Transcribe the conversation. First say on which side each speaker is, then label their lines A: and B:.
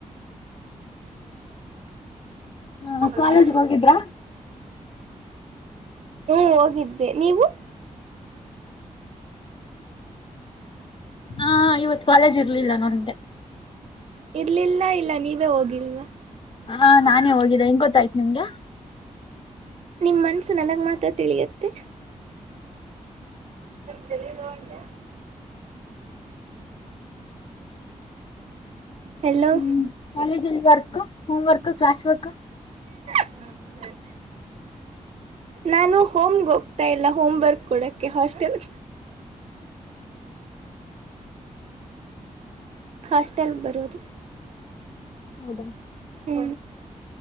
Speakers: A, on the left; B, on the right.
A: ಹ ಕಾಲೇಜ್ಗೆ
B: ಮಣ
A: ಹೋಗಿದ್ರಾ
B: ಹ್ಮ ಹೋಗಿದ್ದೆ ನೀವು
A: ಹಾ ಇವತ್ ಕಾಲೇಜ್ ಇರ್ಲಿಲ್ಲ ನನ್ಗೆ
B: ಇರ್ಲಿಲ್ಲ ಇಲ್ಲ ನೀವೇ ಹೋಗಿಲ್ವಾ
A: ಹಾ ನಾನೇ ಹೋಗಿದ್ದೆ ಹೆಂಗ್ ಗೊತ್ತಾಯ್ತು ನಿಮ್ಗ
B: ನಿಮ್ಮ ಮನಸ್ಸು ನನಗೆ ಮಾತ್ರ ತಿಳಿಯುತ್ತೆ <unintelligible> ಹಲೋ
A: ಹ್ಮ್ ಕಾಲೇಜಲ್ಲಿ work home work class work
B: ಹಾ
A: <unintelligible>
B: ನಾನು ಹೋಮ್ಗೆ ಹೋಗ್ತಾ ಇಲ್ಲ ಹೋಮ್ ವರ್ಕ್ ಕೊಡಕ್ಕೆ ಹಾಸ್ಟೆಲ್ ಹಾಸ್ಟೆಲ್ ಬರೋದು
A: ಹೌದಾ
B: ಹ್ಮ